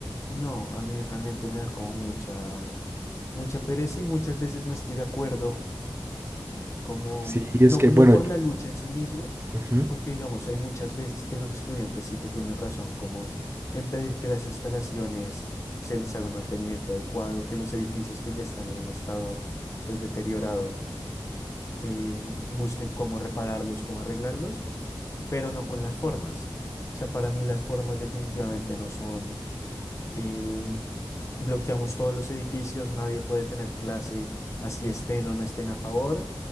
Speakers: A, on the left; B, on the right.
A: No, a mí realmente me da como mucha, mucha pereza y muchas veces no estoy de acuerdo como,
B: Sí,
A: no,
B: es que,
A: no
B: bueno,
A: por la lucha en sí misma,
B: ujú.
A: porque digamos, hay muchas veces que los estudiantes sí que tienen razón, como en pedir que las instalaciones se les haga un mantenimiento adecuado, que los edificios que ya están en un estado pues deteriorado eh, busquen cómo repararlos, cómo arreglarlos, pero no con las formas. O sea, para mí las formas definitivamente no son eh, bloqueamos todos los edificios, nadie puede tener clase, así estén o no estén a favor,